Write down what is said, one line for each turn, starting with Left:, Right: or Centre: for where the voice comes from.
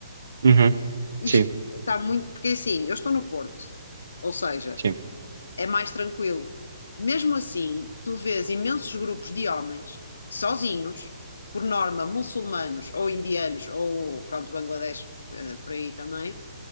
Right: Uhum.
Left: Isto
Right: Sim,
Left: está muito. Porque assim, eu estou no Porto. Ou seja,
Right: sim.
Left: é mais tranquilo. Mesmo assim, tu vês imensos grupos de homens sozinhos, por norma muçulmanos ou indianos ou pronto, Bangladesh eh, por aí também,